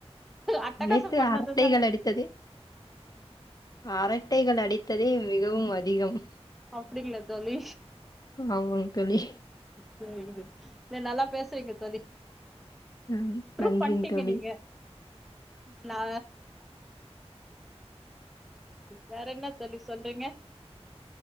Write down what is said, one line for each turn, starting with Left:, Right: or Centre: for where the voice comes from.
Centre: அட்டகாசம்
Left: அனைத்து
Centre: பண்ணதுதா
Left: அரட்டைகள் அடித்தது அரட்டைகள் அடித்ததே மிகவும் அதிகம்.
Centre: அப்டிங்ளா தோழி
Left: ஆமாங் தோழி.
Centre: செரி நல்லா பேசு செரிங்க தோழி
Left: உம்
Centre: ப்ரூவ்
Left: நன்றிங்
Centre: பண்ட்டீங்க
Left: தோழி
Centre: நீங்க நா வேற என்ன தோழி சொல்றீங்க